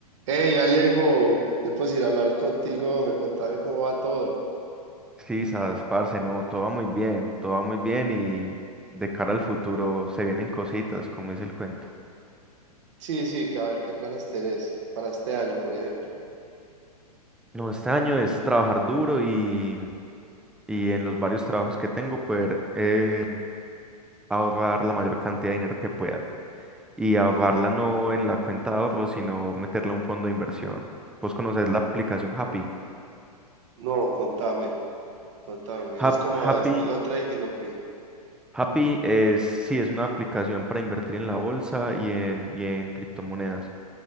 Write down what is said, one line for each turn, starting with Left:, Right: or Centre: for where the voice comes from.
Right: Hey Alejo, tiempo sin hablar contigo, me contame cómo va todo.
Centre: Sí, sabes, parce, no, todo va muy bien, todo va muy bien y de cara al futuro se vienen cositas, como dice el cuento.
Right: Sí, sí, que a ver, ¿qué planes tenés para este año, por ejemplo?
Centre: No, este año es trabajar duro y, y en los varios trabajos que tengo poder eh, ahorrar la mayor cantidad de dinero que pueda. Y ahorrarla no en la cuenta de ahorro, sino meterla a un fondo de inversión. Vos conocés la aplicación Happy.
Right: No, contame, contame.
Centre: Hap-
Right: Es como
Centre: Happy,
Right: a estilo trading o qué.
Centre: Happy es, sí, es una aplicación para invertir en la bolsa y en, y en criptomonedas.